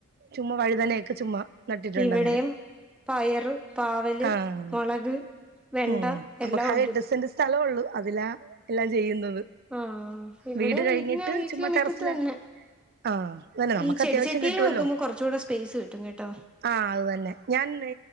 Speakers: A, on the right; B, in the centre.
A: ചുമ്മാ വഴുതനെയൊക്കെ ചുമ്മാ നട്ടിട്ടുണ്ട്
B: ഇവിടെയും
A: അങ്ങനെ
B: പയറ് പാവല്
A: ആഹ്
B: മുളക് വെണ്ട
A: ഉം നമുക്ക്
B: എല്ലാം
A: ആകെ
B: ഉണ്ട്
A: എട്ട് സെൻറ് സ്ഥലംള്ളു അതിലാ എല്ലാം ചെയ്യുന്നത്
B: ആഹ് ഇവിടെ
A: വീട് കഴിഞ്ഞിട്ട്
B: വീട്ടിന് വീട്ടിലെ
A: ചുമ്മാ
B: മുറ്റത്ത്
A: ടറസില്
B: തന്നെ
A: ആഹ് അങ്ങന്നെ നമ്മുക്ക്
B: ഈ ചെടിച്ചട്ടിയിൽ
A: അത്യാവശ്യം കിട്ടുവല്ലോ
B: വെക്കുമ്പോ കുറച്ചുകൂടെ സ്പേസ് കിട്ടും കേട്ടോ
A: ആഹ് അത് തന്നെ ഞാൻഇന്ന്